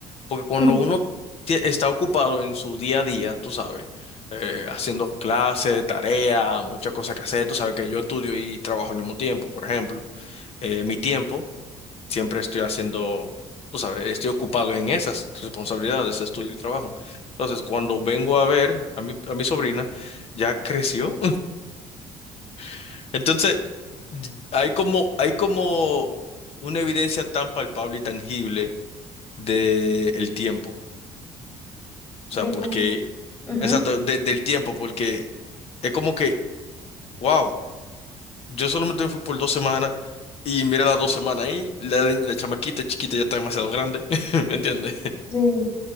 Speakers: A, on the left; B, on the left.
A: Porque cuando
B: <laughs>
A: uno tie- está ocupado en su día a día, tú sabes, eh, haciendo clases, tareas, muchas cosas que hacer, tú sabes que yo estudio y trabajo al mismo tiempo, por ejemplo, eh, mi tiempo siempre estoy haciendo, tú sabes, estoy ocupado en esas responsabilidades, estudio y trabajo. Entonces, cuando vengo a ver a mi, a mi sobrina, ya creció. <laughs> Entonces, d- hay como, hay como una evidencia tan palpable y tangible del tiempo. O
B: De
A: sea, porque,
B: cómo. Ujú,
A: exacto, de- del tiempo, porque es como que, wow, yo solamente fui por dos semanas. Y mira las dos semanas ahí, la, la chamaquita chiquita ya está demasiado grande, <laughs> ¿me entiendes?
B: Sí,